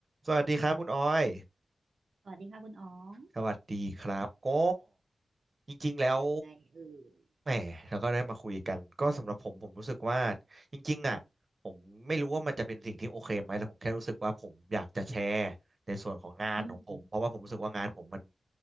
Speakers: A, on the right (about 35°); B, on the right (about 65°).
A: สวัสดีครับคุณออย
B: สวัสดีค่ะคุณอ๋อง
A: สวัสดีครับ ก็จริงๆ แล้ว
B: ยังไงเอ่ย
A: แหมแล้วก็ได้มาคุยกันก็สำหรับผมผมรู้สึกว่าจริงๆอ่ะผมไม่รู้ว่ามันจะเป็นสิ่งที่โอเคไหมแต่ผมแค่รู้สึกว่าผมอยากจะแชร์ในส่วนของงานของผมเพราะว่าผมรู้สึกว่างานผมมัน
B: อืม